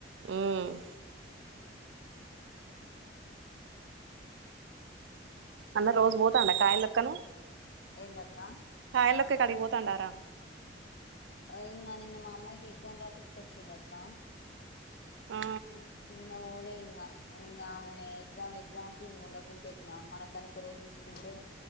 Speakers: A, on the right; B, on the left.
A: ఊమ్. అన్న రోజ్ పోతాండా కాయ్ లెక్కను.
B: ఎందాక్క.
A: కాయలెక్కేకాడికిపోతాండారా.
B: ఇంగ నిన్న మా అమ్మాయికి ఎగ్జామ్ రాపిచ్చుకొని వచ్చిండాక్కా.
A: ఆ
B: ఉమ్ నిన్న పోలే. ఇంగ ఎగ్జామ్ ఎగ్జామ్ కు ఇంకా ఉండకుంటే ఎట్లా మన పనికొరకు చూస్కుంటే.